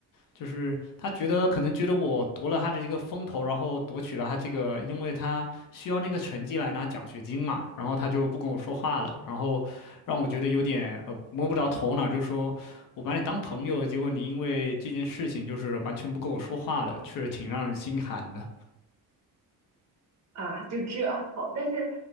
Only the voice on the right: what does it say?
啊，就这好，但是，